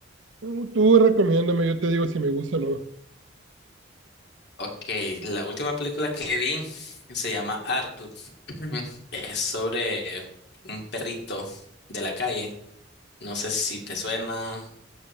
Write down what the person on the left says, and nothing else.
Ok, la última película que vi se llama Arthur. <clears throat> Es sobre un perrito de la calle. No sé si te suena,